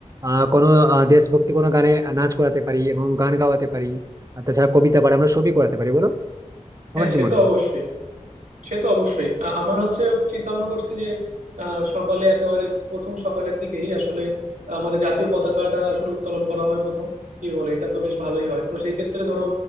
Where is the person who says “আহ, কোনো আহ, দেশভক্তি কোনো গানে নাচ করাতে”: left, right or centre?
Right